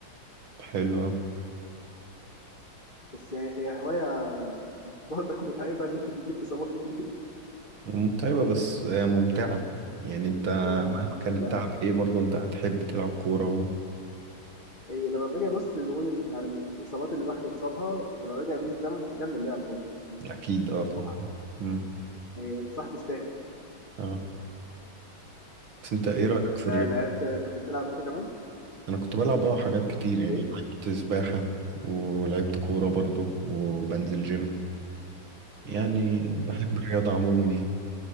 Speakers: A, on the right; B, on the left.
A: حلو اوي
B: بس يعني هي هواية <laughs> برضك متعبة إن <laughs> بتجيب إصابات كتير
A: متعبة بس ممتعة يعني انت
B: هي مم-
A: مهما
B: ممتعة
A: كان التعب ايه برضه انت هتحب تلعب كورة و...
B: هي لما باجي أبص نقول ال- على الإصابات اللي الواحد اتصابها ولو رجع بيه الزمن هيكمل لعب هو
A: اكيد اه
B: يعني
A: طبعا
B: متعة
A: مم،
B: هي صح تستاهل
A: اه بس انت ايه
B: أنت
A: رأيك في الرياضة؟
B: لعبت كنت بتلعب أنت كمان؟
A: انا كنت بلعب اه حاجات كتير يعني
B: إيه؟
A: لعبت سباحة ولعبت كورة برضو وبنزل جيم يعني
B: آه،
A: بحب الرياضة عموما يعني